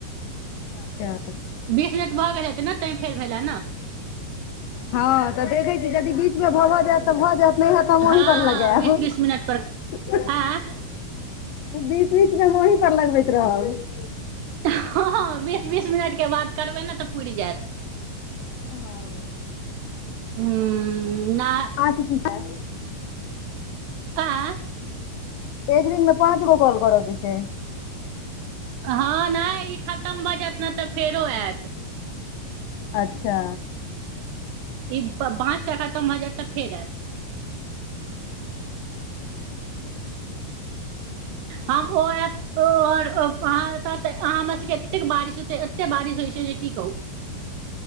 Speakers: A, on the left; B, on the right.
A: अच्छा।
B: बीस मिनट भऽ गेले हेतै ने तईं फेर भेलै न
A: हँ तऽ देखै छी यदि बीच मे भऽ भऽ जैत त भऽ जैत नहि हैंत त हम अहीं
B: हँ
A: पर लगैब।
B: बीस
A: ह
B: बीस मिनट पर
A: हं।
B: आँय
A: बीच बीच मे हम अहीं पर लगबैत रहब।
B: हँ बीस बीस मिनटके बाद करबै ने तऽ पुरि जायत
A: हं।
B: हुम्म ना
A: अच्छा ठीैक है।
B: का
A: एक दिन मे पाँच गो कॉल करैके छै।
B: हँ, नहि ई खतम भऽ जैत ने तऽ फेरो ऐत।
A: अच्छा।
B: ई पाँच टा खतम भ जैत तऽ फेरत ऐत। <unintelligible>
A: अच्छा। <unintelligible>
B: हमु अइब। <unintelligible> आओर अहाँ ओतय तऽ हमरा सबके एते बारिश होयत अछि से होइ छै जे की कहू। <unintelligible>